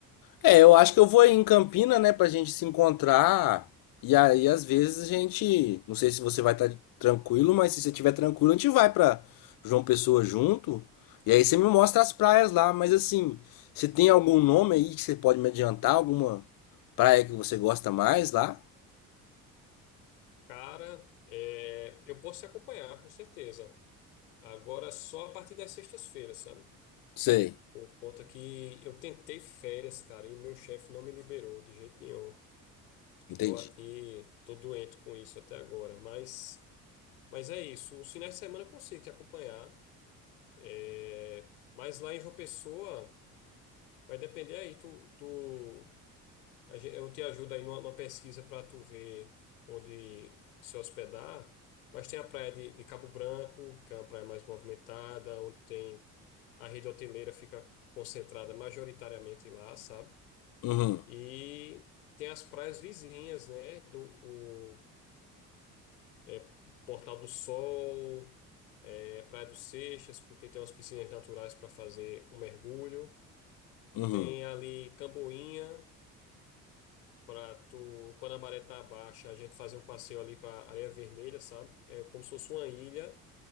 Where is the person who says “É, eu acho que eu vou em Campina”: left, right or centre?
Left